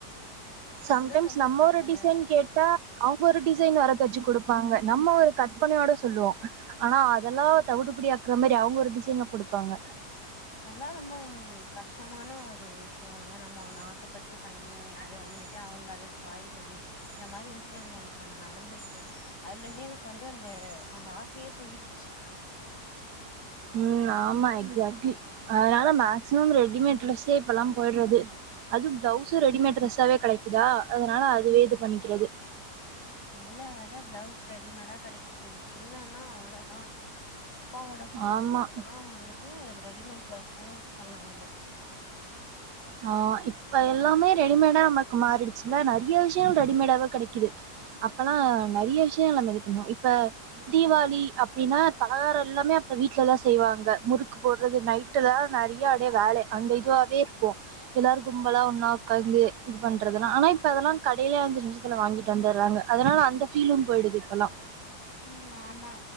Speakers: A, on the right; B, on the left.
A: சம்டைம்ஸ்
B: அதுதா ரொம்ப
A: நம்ம
B: தலவலியா
A: ஒரு டிசைன்
B: இருக்கு
A: கேட்டா அவங்க ஒரு டிசைன் வேர தச்சு குடுப் ப்பங்க நம்ம ஒரு கற்பனையோட சொல்லுவோ ஆனா அதெல்லா தவுடுபிடி ஆக்குற மாரி அவங்க ஒரு டிசைன்ல குடுப்பாங்க
B: அதெல்லாம் ரொம்ப கஷ்டமான ஒரு விஷயம் இல்ல நான் நம்ம ஒன்னு ஆசைப்பட்டு பண்ணி அத வந்துட்டு அவங்க அத ஸ்பாயில் பண்ணி இந்த மாரி இன்சிடென்ட் எனக்கு கொஞ்சம் நடந்திருக்கு அதுல இருந்து எனக்கு வந்து அந்த அந்த ஆச அப்டியே போயிடுச்சு
A: ம் ஆமா எக்சாக்ட்லி அதனால மேக்சிமம் ரெடிமேட் டிரெஸ்ஸே இப்பெல்லாம் போயிடுறது அது பிளவுஸும் ரெடிமேட் ட்ரெஸ்ஸாவே கிடைக்குதா அதனால அதுவே இது பண்ணிக்கிறது
B: நல்ல வேலை பிளவுஸ் ரெடிமேடா கிடைக்குது இல்லைன்னா அவ்ளோதான் அப்பாவோட ஃபங்க்ஷன்ல்லாம்
A: ஆமா
B: வந்துட்டு ரெடிமேட் பிளவுஸ் அதான் யூஸ் பண்ணாங்க
A: ஆ இப்ப எல்லாமே ரெடிமேடா நம்மக்கு மாறிடுச்சுல்ல நேறைய விஷயங்கள் ரெடிமேடாவே கிடைக்குது அப்பெல்லாம் நேறைய விஷயங்கள் நம்ம இது பண்ணோம் இப்ப தீபாவளி அப்படின்னா பலகாரம் எல்லாமே அப்ப வீட்லதான் செய்வாங்க முறுக்கு போடுறது நைட்டு தான் நேறையா அப்டியே வேலை அந்த இதுவாவே இருப்போம் எல்லாரரும் கும்பெலாம் ஒன்னா உட்காந்து இது பண்றதுெல்லாம் ஆனா இப்ப அதெல்லாம் கடையே அஞ்சு நிமிசத்துல வாங்கிட்டு வந்துடுறாங்க அதனால அந்த ஃபீலும் போயிடுது இப்பெல்லாம்
B: ம் ஆமா